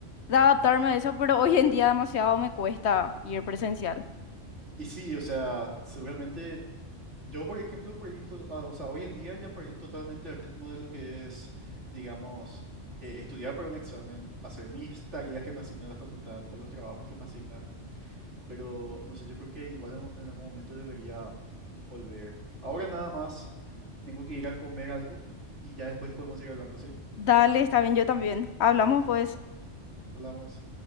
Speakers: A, on the left; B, on the right.
A: de adaptarme a eso, pero hoy en día demasiado me cuesta ir presencial.
B: Y sí, o sea, seguramente yo, por ejemplo, perdí, to- ah, o sea, hoy en día ya perdí totalmente el ritmo de lo que es, digamos, eh, estudiar para un examen, hacer mis tareas que me asigna la facultad o los trabajos que me asigna. Pero no sé, yo creo que igual en, un- en algún momento debería volver. Ahora nada más, tengo que ir a comer algo y ya después podemos ir hablando, ¿sí?
A: Dale, está bien, yo también. Hablamos pues.
B: Hablamos.